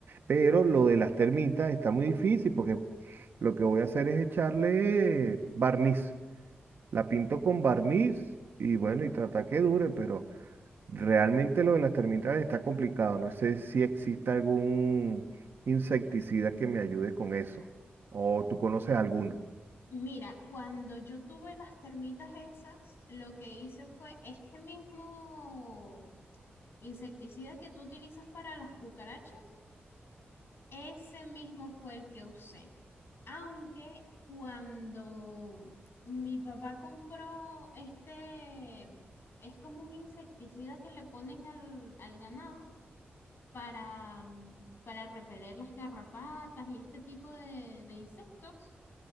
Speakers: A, on the right (about 65°); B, on the left (about 70°).
A: Pero lo de las termitas está muy difícil porque lo que voy a hacer es echarle barniz. La pinto con barniz y bueno, y trata que dure, pero realmente lo de las termitas está complicado. No sé si existe algún insecticida que me ayude con eso. ¿O tú conoces alguno?
B: Mira, cuando yo tuve las termitas esas, lo que hice fue este mismo insecticida que tú utilizas para las cucarachas, ese mismo fue el que usé. Aunque cuando mi papá compró este, es como un insecticida que le ponen al, al ganado para, para repeler las garrapatas y este tipo de, de insectos,